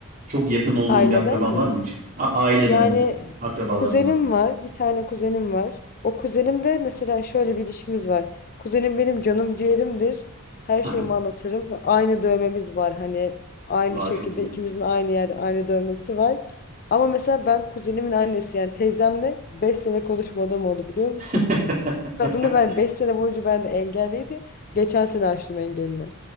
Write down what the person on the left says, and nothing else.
Aileden
mi?
Yani
kuzenim var, bir tane kuzenim var. O kuzenim de mesela şöyle bir ilişkimiz var. Kuzenim benim canım ciğerimdir. Her
şeyimi anlatırım. Aynı dövmemiz var hani aynı
şekilde
ikimizin aynı yerde aynı dövmesi var. Ama mesela ben kuzenimin annesi yani teyzemle 5 sene konuşmadığım oldu biliyor musun?
Kadını ben 5 sene boyunca ben de engelliydi. Geçen sene açtım engelini.